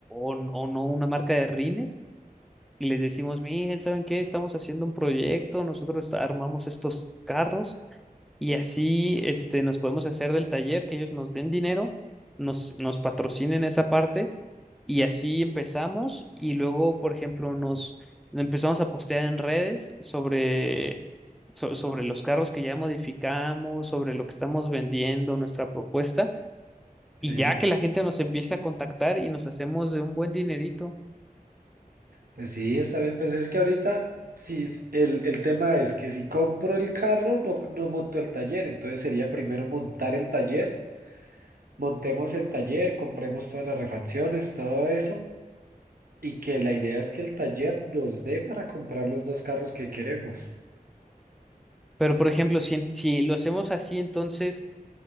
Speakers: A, in the centre; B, on the right.
A: o n- o no una marca de rines y les decimos, miren, ¿saben qué? Estamos haciendo un proyecto, nosotros armamos estos carros y así este, nos podemos hacer del taller, que ellos nos den dinero, nos, nos patrocinen esa parte y así empezamos y luego, por ejemplo, nos empezamos a postear en redes sobre, so- sobre los carros que ya modificamos, sobre lo que estamos vendiendo, nuestra propuesta, y
B: Sí.
A: ya que la gente nos empiece a contactar y nos hacemos de un buen dinerito.
B: Pues sí, está bien. Pues es que ahorita, sí, es- el, el tema es que si compro el carro, no, no monto el taller. Entonces sería primero montar el taller, montemos el taller, compremos todas las refacciones, todo eso. Y que la idea es que el taller nos dé para comprar los dos carros que queremos.
A: Pero, por ejemplo, si, si lo hacemos así, entonces,